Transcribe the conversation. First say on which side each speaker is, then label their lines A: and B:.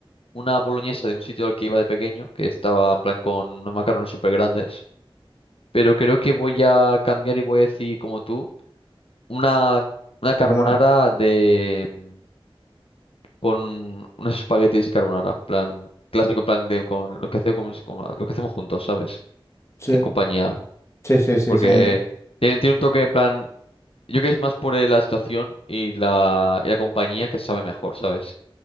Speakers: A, on the left; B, on the left.
A: una boloñesa de un sitio al que iba de pequeño, que estaba en plan con unos macarrones súper grandes, pero creo que voy a cambiar y voy a decir, como tú, una, una
B: Carbonara.
A: carbonara de mm, con unos espaguetis carbonara, plan clásico, plan de con lo que hacemos, como- lo que hacemos juntos, ¿sabes?
B: Sí,
A: En compañía,
B: sí, sí, sí,
A: porque
B: esa onda.
A: tiene, tiene un toque en plan Yo creo que es más por eh, la situación y la, y la compañía que sabe mejor, ¿sabes?